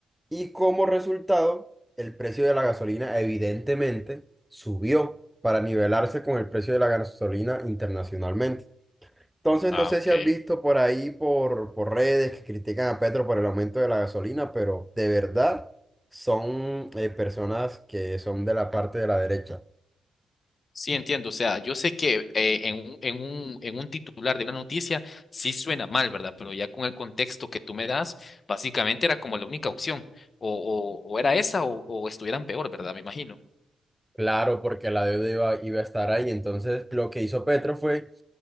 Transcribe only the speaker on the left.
Ah,
ok.
Sí, entiendo. O sea, yo sé que eh, en un, en un, en un titular de una noticia sí suena mal, ¿verdad? Pero ya con el contexto que tú me das, básicamente era como la única opción. O, o, o era esa o, o estuvieran peor, ¿verdad? Me imagino.